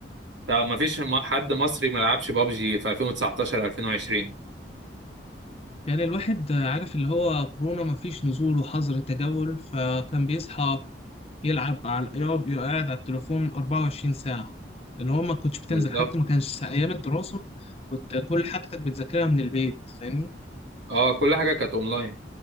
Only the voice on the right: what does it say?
طب ما فيش م- حد مصري ما لعبش بابجي في 2019 2020
بالظبط
اه كل حاجه كانت اونلاين